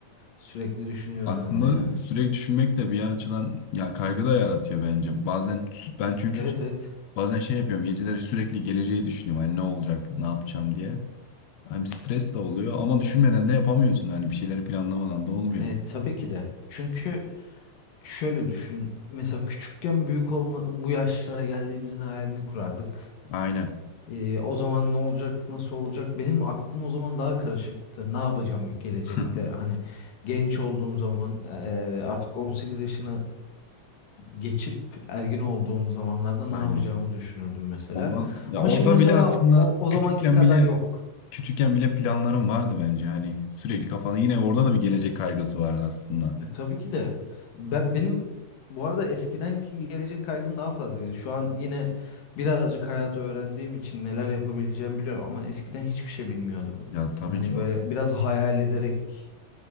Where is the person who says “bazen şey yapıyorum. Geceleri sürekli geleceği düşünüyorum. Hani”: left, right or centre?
Left